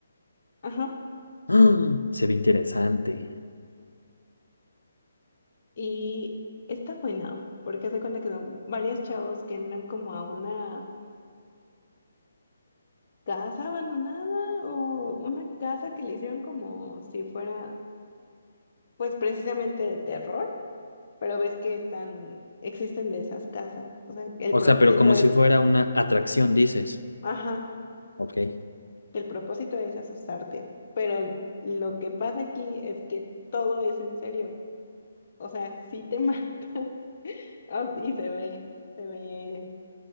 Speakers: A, on the left; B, on the left.
A: Ajá.
B: Ah, se ve interesante.
A: Y está buena, porque hace cuenta que son varios chavos que entran como a una casa abandonada o una casa que le hicieron como si fuera, pues precisamente de terror, pero ves que están, existen de esas casas. O sea, el
B: O
A: propósito
B: sea, pero como
A: es,
B: si fuera una atracción, dices.
A: ajá,
B: Ok.
A: el propósito es asustarte, pero lo que pasa aquí es que todo es en serio. O sea, sí te <laughs> mata <laughs> y se ve, se ve